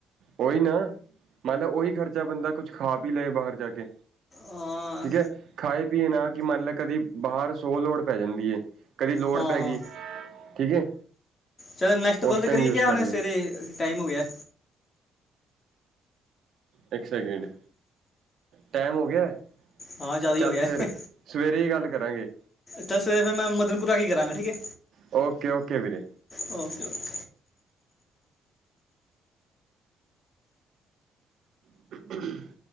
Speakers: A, on the right; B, on the left.
A: ਉਹੀ ਨਾ, ਮੰਨ ਲ ਉਹੀ ਖਰਚਾ ਬੰਦਾ, ਕੁੱਛ ਖਾ ਪੀ ਲਏ ਬਾਹਰ ਜਾ ਕੇ
B: ਹਾਂ
A: ਠੀਕ ਹੈ, ਖਾ ਪੀਏ ਨਾ ਕਿ ਮੰਨ ਲੈ, ਕਦੀ ਬਾਹਰ ਸੌ ਲੋੜ ਪੈ ਜਾਂਦੀ ਹੈ ਕਦੀ ਲੋੜ
B: ਹਾਂ
A: ਪੈ
B: ਹਾਂ
A: ਗਈ, ਠੀਕ ਹੈ,
B: ਚਲੋ ਨੈਕਸਟ ਕਾਲ
A: ਉਸ
B: ਤੇ
A: ਟਾਈਮ
B: ਕਰੀਏ
A: ਯੂਜ
B: ਕਿ
A: ਕਰ
B: ਹੁਣੇ ਸਵੇਰੇ
A: ਲਏ।
B: ਟਾਈਮ ਹੋ ਗਿਆ।
A: ਇੱਕ ਸੈਕਿੰਡ, ਟਾਈਮ ਹੋ ਗਿਆ?
B: ਹਾਂ ਜ਼ਿਆਦਾ ਹੀ
A: ਚੱਲ
B: ਹੋ ਗਿਆ
A: ਫੇਰ,
B: ਹੈ।
A: ਸਵੇਰੇ ਹੀ ਗੱਲ ਕਰਾਂਗੇ।
B: ਤਾਂ ਫ ਫਿਰ ਮੈਂ, ਮਦਨਪੁਰਾ ਕੀ ਕਰਾਂਗਾ, ਠੀਕ ਹੈ।
A: ਓਕੇ ਓਕੇ, ਵੀਰੇ।
B: Okay, okay.
A: ਹ